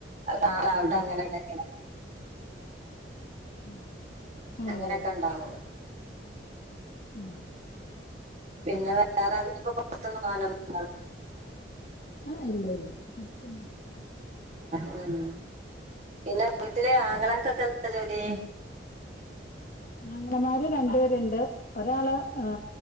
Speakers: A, on the right (about 40°); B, on the left (about 45°).
A: നാളെ ആവട്ടെ അങ്ങനെ ഉണ്ടാക്ക <inaudible>
B: <inaudible>
A: അങ്ങനെയൊക്കെ
B: അതെ
A: ഉണ്ടാവുന്നത്
B: ഉം.
A: പിന്നെ വേറെ അതിനിയിപ്പോ പുറത്ത നിന്ന് പോകാനൊന്നും
B: ഉം.
A: <inaudible>
B: ആ ഇല്ല <inaudible>
A: <inaudible> പിന്നെ വീട്ടിലെ ആങ്ങളാർക്കൊക്കെ ജോലി
B: അങ്ങളനമാർ രണ്ടു പേരുണ്ട് ഒരാൾ ഏ